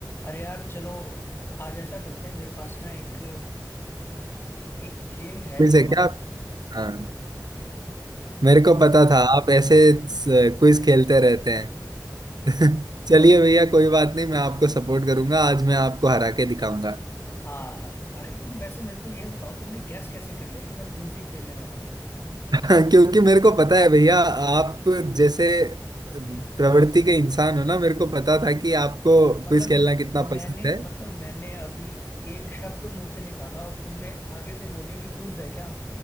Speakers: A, on the left; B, on the right.
A: अरे यार चलो आज ऐसा करते हैं मेरे पास ना एक एक गेम है
B: Quiz
A: जो
B: है क्या
A: हम
B: आप? हाँ मेरे
A: क्या
B: को पता था आप ऐसे क्विज खेलते रहते हैं <laughs> चलिए भैया कोई बात नहीं मैं आपको सपोर्ट करूंगा आज मैं आपको हरा के दिखाऊंगा
A: हाँ अरे तुम वैसे मेरे को ये बताओ तुमने गैस कैसे कर लिया कि मैं क्विज ही खेलने वाला हूँ
B: <laughs> क्योंकि मेरे को पता है भैया आप जैसे प्रवृत्ति के इंसान हो ना मेरे को पता था कि आपको क्विज
A: मतलब
B: खेलना कितना
A: मैंने
B: पसंद है
A: मतलब मैंने अभी एक शब्द मुंह से निकाला और तुमने आगे से बोले कि क्विज है क्या